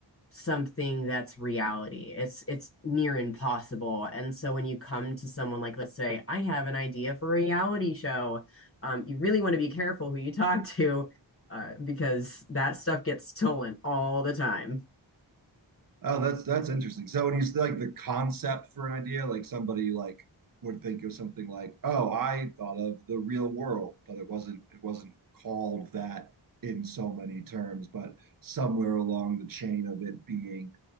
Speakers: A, on the left; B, on the right.
A: something that's reality. It's it's near impossible. And so when you come to someone like let's say I have an idea for a reality show, um you really want to be careful who you talk to uh, because that stuff gets stolen all the time.
B: Oh, that's that's interesting. So when you say like the concept for an idea, like somebody like would think of something like, "Oh, I thought of the real world, but it wasn't it wasn't called that in so many terms, but somewhere along the chain of it being